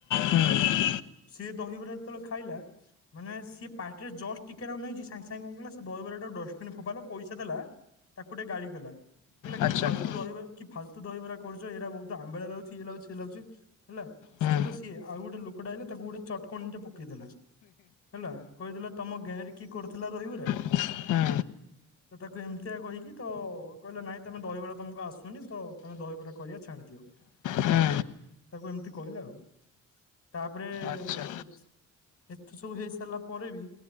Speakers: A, on the left; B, on the left.
A: ହଁ ହୁଁ
B: ସିଏ ଦହିବରା ଯେତେବେଳେ ଖାଇଲା ମାନେ ସିଏ ପାଟିରେ ଜଷ୍ଟ ଟିକେ ନାଗୁ ନେଇଛି ସାଙ୍ଗେ ସାଙ୍ଗେ କଣ କଲା ସେ ଦହିବରା ଟାକୁ ଡଷ୍ଟବିନ ରେ ଫୋପଡ଼ିଲା ପଇସା ଦେଲା ତାକୁ ଟିକେ ଗାଳିକଲା। କହିଲା
A: ଆଚ୍ଛା
B: କି ଫାଲତୁ
A: ହୁଁ
B: ଦହିବରା କି ଫାଲତୁ ଦହିବରା କରୁଛ ଏଇରା ବହୁତ ଆମ୍ବିଳା ଲାଗୁଛି ଇଏ ଲାଗୁଛି ସିଏ ଲାଗୁଛି ହେଲା।
A: ହଁ
B: ସିଏ ତ ସିଏ ଆଉ ଗୋଟେ ଲୋକଟା ଆଇଲା ତାକୁ ଗୋଟେ ଚଟକଣୀ ଟେ ଦେଲା ହେଲା। କହିଦେଲା ତମ ଗାଁରେ କି କରୁଥିଲା ଦହିବରା।
A: ହୁଁ।
B: ତ ତାକୁ ଏମିତିଆ କହିକି ତ କହିଲେ ନାଇଁ ତମେ ଦହିବରା ତମକୁ ଆସୁନି। ତ ତମେ ଦହିବରାା କରିବା ଛାଡ଼ିଦିଅ। ତାକୁ
A: ହୁଁ
B: ଏମିତି କହିଲା ଆଉ। ତାପରେ
A: ଆଚ୍ଛା
B: ଏତେ ଏତେ ସବୁ ହେଇ ସାରିଲା ପରେ ବି